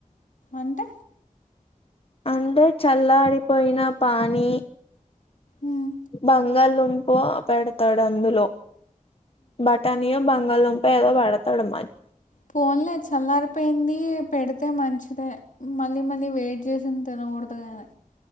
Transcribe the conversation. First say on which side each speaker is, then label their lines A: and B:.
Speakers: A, on the left (about 70°); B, on the left (about 45°).
A: అంటే.
B: అంటే చల్లాడిపోయిన పానీ
A: మ్.
B: బంగాళ దుంప. పో పెడతాడు అందులో బటానియె బంగాళదుం. ఏదో వాడుతాడు మరి.
A: పోన్లే చల్లారిపోయింది పెడితే మంచిదే మ. మళ్ళీ మళ్ళీ వెయిట్ చేసింది తినకూడదుగాద..